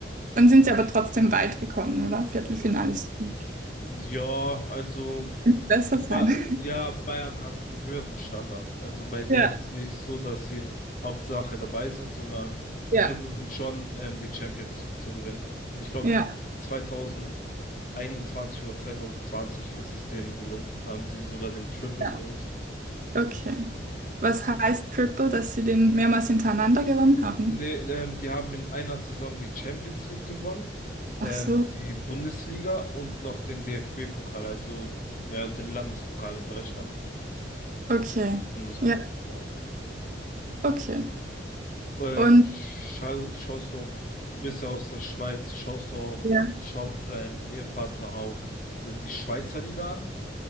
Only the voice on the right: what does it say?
Dann sind sie aber trotzdem weit gekommen, oder? Viertelfinale
ist gut.
Besser sein.
<laughs>
Ja,
ja,
ja,
ja.
Okay. Was heißt Triple, dass sie den mehrmals hintereinander gewonnen haben?
Ach so,
okay.
Ja.
Okay.
Und
ja.